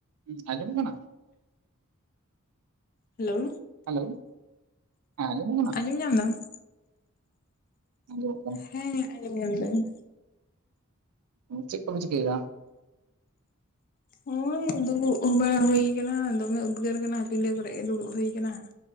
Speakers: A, on the right; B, on the left.
A: ᱦᱩᱸ ᱟᱸᱡᱚᱢᱚᱜ ᱠᱟᱱᱟ
B: ᱦᱮᱞᱳ
A: ᱦᱮᱞᱳ ᱦᱮ ᱟᱡᱚᱢᱚᱜ ᱠᱟᱱᱟ᱾
B: ᱟᱸᱡᱚᱢ ᱧᱟᱢ ᱫᱟᱢ᱾
A: ᱟᱡᱚᱢᱚᱜ ᱠᱟᱱᱟ᱾
B: ᱦᱮᱸ ᱟᱸᱡᱚᱢᱚᱜ ᱧᱟᱢ ᱫᱟᱹᱧ᱾
A: ᱪᱮᱫ ᱠᱚᱢ ᱪᱤᱠᱟᱹᱭᱮᱫᱟ᱾
B: ᱦᱳᱭ ᱫᱩᱲᱩᱵ ᱵᱟᱲᱟ ᱦᱩᱭ ᱠᱟᱱᱟ ᱫᱚᱢᱮ ᱩᱫᱽᱜᱟᱹᱨ ᱠᱟᱱᱟ ᱯᱤᱰᱟᱹ ᱠᱚᱨᱮ ᱜᱮ ᱫᱩᱲᱩᱵ ᱦᱩᱭᱩ ᱠᱟᱱᱟ᱾